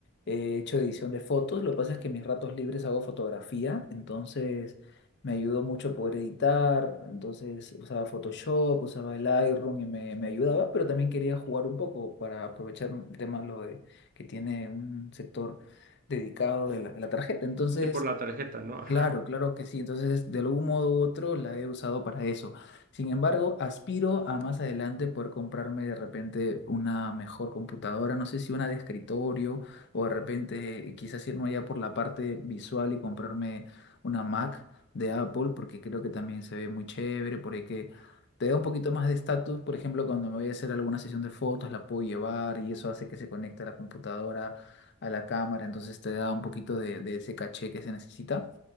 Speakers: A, on the left; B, on the right.
A: he hecho edición de fotos. Lo que pasa es que en mis ratos libres hago fotografía, entonces me ayudó mucho a poder editar, entonces usaba Photoshop, usaba el Lightroom y me, me ayudaba, pero también quería jugar un poco para aprovechar un- el tema lo de, que tiene un sector dedicado de la, de la tarjeta. Entonces
B: Sí, por la tarjeta, ¿no? Ajá.
A: Claro, claro que sí. Entonces, de algún modo u otro la he usado para eso. Sin embargo, aspiro a más adelante poder comprarme de repente una mejor computadora, no sé si una de escritorio o de repente quizás irme allá por la parte visual y comprarme una Mac de Apple, porque creo que también se ve muy chévere, por ahí que te da un poquito más de estatus. Por ejemplo, cuando me voy a hacer alguna sesión de fotos, la puedo llevar y eso hace que se conecte a la computadora, a la cámara, entonces te da un poquito de de ese caché que se necesita.